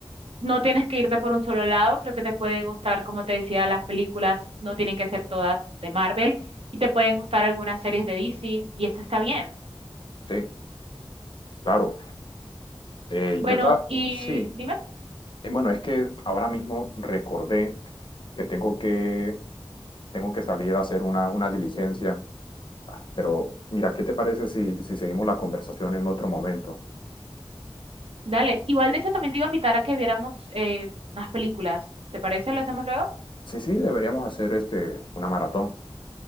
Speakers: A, on the right; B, on the left.
A: no tienes que irte por un solo lado, creo que te puede gustar, como te decía, las películas no tienen que ser todas de Marvel y te pueden gustar algunas series de DC y eso está bien.
B: sí, claro. Eh,
A: Bueno,
B: yo estaba,
A: y
B: sí,
A: dime,
B: Eh, bueno, es que ahora mismo recordé que tengo que, tengo que salir a hacer una, una diligencia, pero mira, ¿qué te parece si, si seguimos la conversación en otro momento?
A: dale, igual de hecho también te iba a invitar a que viéramos eh, unas películas, ¿te parece? ¿Lo hacemos luego?
B: Sí, sí, deberíamos hacer este, una maratón.